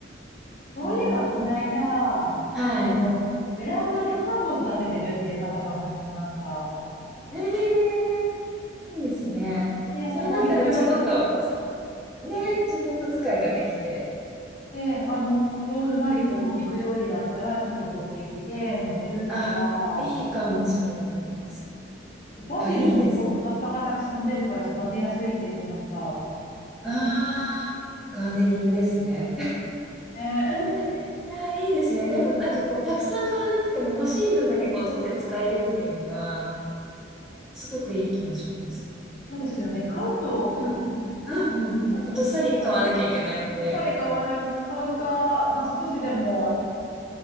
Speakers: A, on the left (about 40°); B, in the centre.
A: そういえば、
B: ね
A: この間、あ
B: えはい。
A: の、ベランダでハーブを育ててるっていう方とお話ししました。
B: ええいいですね。
A: で、
B: それだったらちょこっと、
A: なんかお肉料理だっ
B: ね、ちょこっと使いができて。
A: て、あの、ローズマリーとかお肉料理だったら、
B: うんうん。
A: ちょっと取ってきて、乗せるとか、
B: あ、いいかもしれないです。
A: あとバジルもすごく葉っぱがたくさん出るから育てやすいって言ってました。
B: あ、いいです。ああ、ガーデニングですね。
A: ね
B: <laughs> いやー、いいですね。でもなんかこう、たくさん買わなくても欲しい分だけこう、取って使えるっていうのは、すごくいい気がします。
A: <laughs> そうですよね。買うと、
B: うんうん。
A: え、
B: うんうん。
A: こう、
B: なんかどっさり買わなきゃいけないんで、
A: 安い、どさり買わない、買うか、まあ、少しでも、